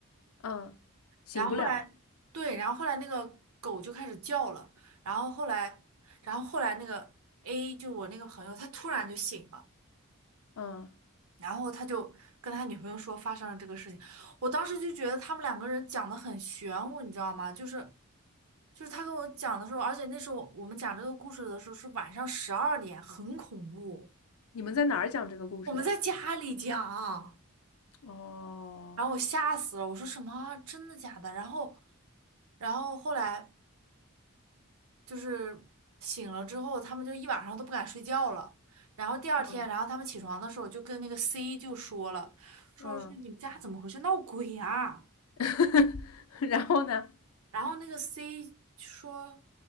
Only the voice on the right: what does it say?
然后后来，对，然后后来那个狗就开始叫了，然后后来，然后后来那个 A 就是我那个朋友，他突然就醒了。
然后他就跟他女朋友说发生了这个事情，我当时就觉得他们两个人讲的很玄乎，你知道吗？就是就是他跟我讲的时候，而且那时候我们讲这个故事的时候是晚上十二点，很恐怖，
我们在家里讲，
然后我吓死了，我说什么啊真的假的？然后然后后来就是醒了之后，他们就一晚上都不敢睡觉了。然后第二天，
然后他们起床的时候就跟那个 C 就说了，说是你们家怎么回事，
闹鬼啊？
然后那个 C 说